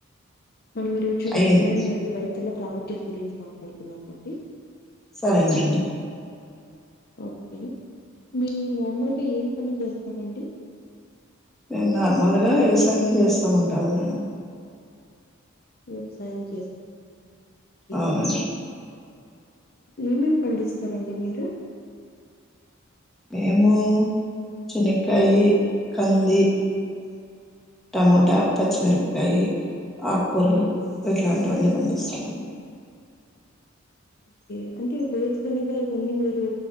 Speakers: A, on the left; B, in the centre.
A: మనం ఈరోజు
B: అయ్యింది
A: వ్యవసాయం మరియు రైతుల ప్రాముఖ్యత గురించి మాట్లాడుకుందామ అండి?
B: సరేనండి
A: ఓకే మీరు నార్మల్గా ఏం పని చేస్తారండి?
B: మేము నార్మల్ గా వ్యవసాయమే చేస్తు ఉంటామండి
A: వ్యవసాయం చేస్తూ ఉంటారా ఓకే.
B: అవునండి
A: ఏమేం పండిస్తారండి మీరు?
B: మేము చెనేకాయి, కంది టమోటా, పచ్చిమిరపకాయి, ఆకుకూరలు ఇట్లాంటివన్నీ పండిస్తామండి.
A: ఓకే అంటే వేరుశనగా ఇవన్నీ మీరు